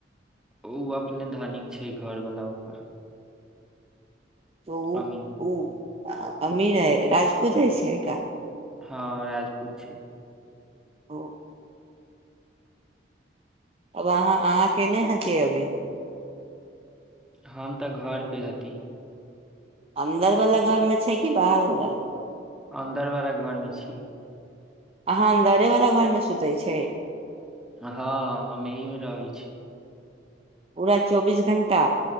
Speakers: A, in the centre; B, on the right (about 30°).
A: उ अपने धनिक छै घरवाला ओकर
B: त उ
A: अमीन
B: उ अमीर है राजपूत है छै का
A: हँ राजपूत छै
B: ओ वहाँ अहाँ केने ह त अभी
A: हम त घरपे हती
B: अन्दर वाला घर में छै कि बाहर वाला मे
A: अन्दर वाला घर में छी
B: अहाँ अन्दरे वाला घर में सुतै छै
A: हँ हम एहि मे रहै छी
B: पूरा चौबीस घण्टा